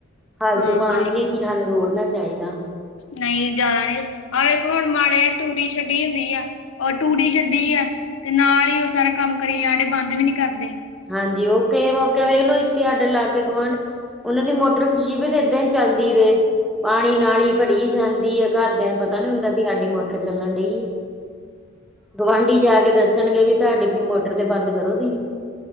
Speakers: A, in the centre; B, on the left.
A: ਫਾਲਤੂ
B: ਹਾਂ
A: ਪਾਣੀ
B: ਹਾਂ
A: ਨੀ ਹੱਲ ਰੋੜਨਾ ਚਾਹੀਦਾ।
B: ਨਹੀਂ ਜਿਆਦਾ ਨੀ ਆ ਦੇਖੋ ਹੁਣ ਮਾੜੇ ਆ ਟੂਟੀ ਛੱਡੀ ਹੁੰਦੀ ਆ। ਉਹ ਟੂਟੀ ਛੱਡੀ ਆ, ਤੇ ਨਾਲ ਹੀ ਉਹ ਸਾਰਾ ਕੰਮ ਕਰੀ ਜਾਣ ਡਏ ਬੰਦ ਵੀ ਨੀ ਕਰਦੇ।
A: ਹਾਂਜੀ ਓਕੇ, ਮੌਕਾ ਵੇਖ ਲੋ ਇੱਥੇ ਸਾਡੇ ਲਾਗੇ ਗੁਆਂਢ ਉਹਨਾਂ ਦੀ ਮੋਟਰ ਖੁਸ਼ੀ ਵੀ ਤੇ ਏਦਾਂ ਹੀ ਚੱਲਦੀ ਵੇ ਰਹੇ ਪਾਣੀ ਨਾਲ ਹੀ ਭਰੀ ਜਾਂਦੀ ਹੈ ਘਰਦਿਆਂ ਪਤਾ ਨੀ ਹੁੰਦਾ ਵੀ ਸਾਡੀ ਮੋਟਰ ਚੱਲਣ ਡਈ ਏ। ਗੁਆਂਢੀ ਜਾ ਕੇ ਦੱਸਣਗੇ ਵੀ ਤੁਹਾਡੀੇ ਵੀ ਮੋਟਰ ਤੇ ਬੰਦ ਕਰੋ ਤੁਸੀ।